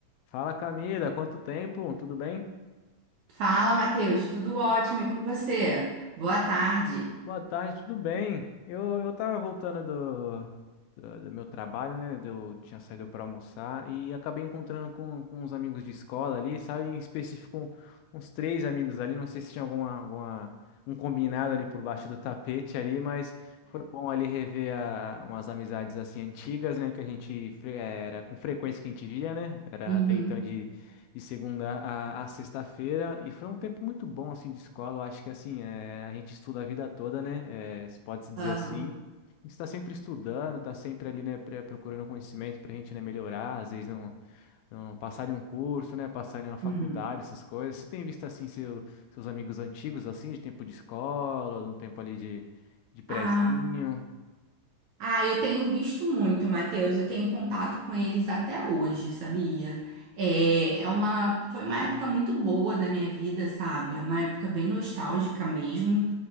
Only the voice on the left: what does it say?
Fala Camila, quanto tempo? Tudo bem?
Boa tarde, tudo bem? Eu, eu tava voltando do, do, do meu trabalho, né? Eu tinha saído para almoçar e acabei encontrando com, com uns amigos de escola ali, sabe? Em específico, um, uns três amigos ali. Não sei se tinha alguma, alguma, um combinado ali por baixo do tapete ali, mas foi bom ali rever a- umas amizades assim antigas, né? Que a gente fre- eh, era com frequência que a gente via, né? Era
até então de segunda a, a sexta-feira e foi um tempo muito bom assim de escola. Eu acho que assim é, a gente estuda a vida toda, né? É, se pode se dizer
assim. A gente está sempre estudando, está sempre ali, né, pre- procurando conhecimento para a gente, né, melhorar, às vezes não, não passar em um curso, né, passar em uma faculdade,
essas coisas. Você tem visto assim seu, seus amigos antigos assim de tempo de escola, de um tempo ali de, de prezinho?